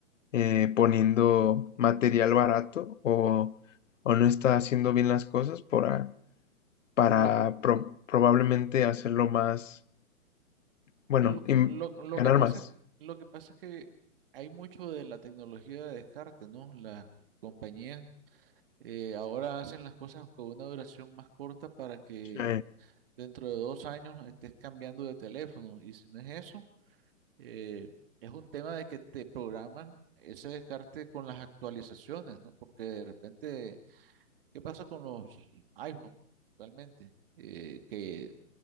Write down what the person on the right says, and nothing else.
Lo,
lo que,
lo, lo
que pasa
es, lo que pasa es que hay mucho de la tecnología de descarte, ¿no? Las compañías Eh, ahora hacen las cosas con una duración más corta para que
dentro de dos años estés cambiando de teléfono. Y si no es eso, eh, es un tema de que te programan ese descarte con las actualizaciones, ¿no? Porque de repente, ¿qué pasa con los iPhone actualmente? Eh, que